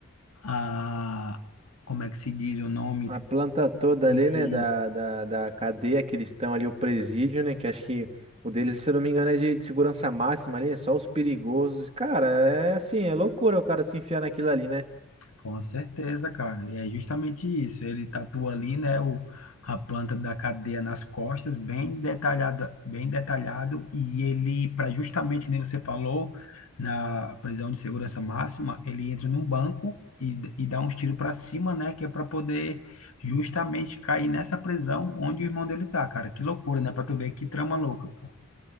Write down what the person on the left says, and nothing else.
a, como é que se diz o nome?
Esqueci,
esqueci.
com certeza, cara. E É justamente isso. Ele tatua ali, né, o, a planta da cadeia nas costas, bem detalhado, bem detalhado. E ele, para justamente, nem você falou, na prisão de segurança máxima, ele entra num banco e, e dá uns tiros para cima, né, que é para poder justamente cair nessa prisão onde o irmão dele tá, cara. Que loucura, né? Para tu ver que trama louca, pô.